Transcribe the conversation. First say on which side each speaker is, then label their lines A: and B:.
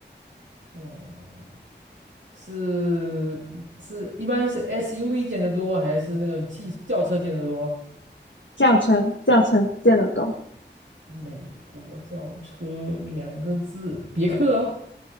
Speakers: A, on the right (about 85°); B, on the left (about 85°).
A: 嗯，是是一般是 SUV 见得多，还是那种汽轿车见得多？
B: 轿车，轿车见得多。
A: 美国轿车两个字，别克啊，